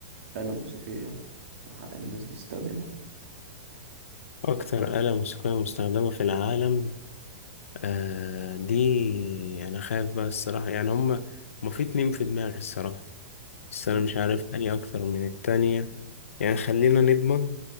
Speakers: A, on the right; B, on the left.
A: آلة موسيقية ح- الناس بتستخدمها
B: أكتر آلة موسيقية مستخدمة في العالم آه دي أنا خايف بقى الصراحة يعني هما هما في اتنين في دماغي الصراحة بس أنا
A: مم.
B: مش عارف أني أكتر من التانية يعني خلينا نضمن